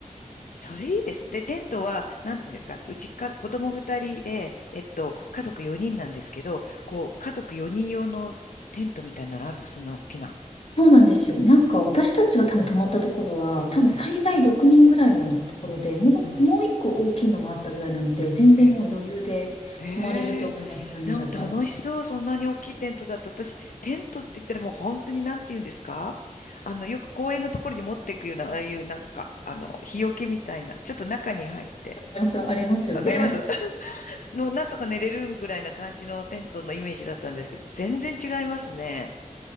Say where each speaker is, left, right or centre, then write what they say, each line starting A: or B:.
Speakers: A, on the left (about 80°); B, on the left (about 50°).
A: それいいです。で、テントは、なんていうんですか、うちか、子供二人で、えっと、家族四人なんですけど、こう、家族四人用のテントみたいなのあるんですよそんな大きな。
B: そうなんですよ。なんか私たちが多分泊まったところは、多分最大6人ぐらいのところで、
A: うん、
B: もう、
A: うん、
B: もう一個大きいのもあったぐらいなので、全然もう余裕で泊まれると思います、
A: ええ。ええ、
B: 4人だったら。
A: なんか楽しそう。そんなに大きいテントだと、私、テントって言ったらもう本当になんて言うんですかあの、よく公園のところに持っていくような、ああいうなんか、あの、日よけみたいな、ちょっと中に入って。
B: 皆さんありますよね。
A: わかります <laughs> の、なんとか寝れるぐらいな感じのテントのイメージだったんですけど、全然違いますね。